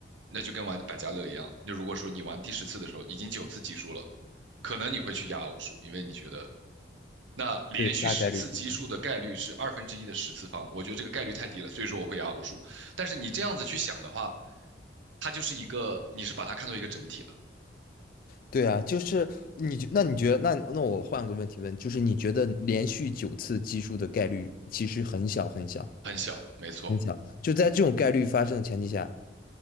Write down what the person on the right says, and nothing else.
那就跟玩百家乐一样。就如果说你玩第十次的时候已经九次奇数了，可能你会去压偶数，因为你觉得那连续十次奇数的概率是二分之一的十次方，
我觉得这个概率太低了，所以说我会压偶数。但是你这样子去想的话，它就是一个，你是把它看作一个整体了，
很小，没错，